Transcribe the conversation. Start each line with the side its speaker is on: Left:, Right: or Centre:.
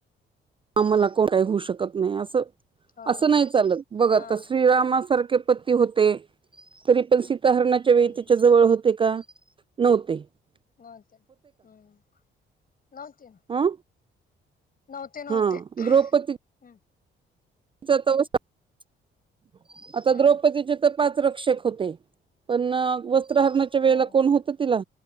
Right: आम्हाला कोठही होऊ शकत नाही असं
Left: हो
Right: असं नाही चालत बघ
Left: हा
Right: आता श्रीरामासारखे उत्पत्ती होते तरी पण सीता हरणाच्या
Left: हम्म
Right: वेळी त्याच्या जवळ होते का नव्हते प
Left: नवतेन हम्म नवतीन.
Right: अं
Left: नव्हते नव्हते
Right: हा
Left: हम्म.
Right: द्रौपदीचा <unintelligible> आता
Left: हम्म
Right: द्रौपदीचे तर पाच रक्षक होते पण वस्त्रहरणाच्या वेळेला
Left: हो
Right: कोण होत तिला